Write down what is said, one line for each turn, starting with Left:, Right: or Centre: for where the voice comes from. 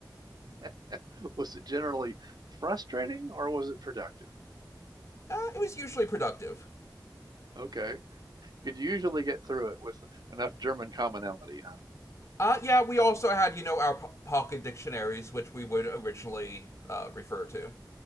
Right: <laughs> Was it generally frustrating or was it productive?
Left: Uh, it was usually productive.
Right: Okay. you Could usually get through it with enough German commonality, huh?
Left: Uh, yeah, we also had, you know, our po- pocket dictionaries, which we would originally uh, refer to.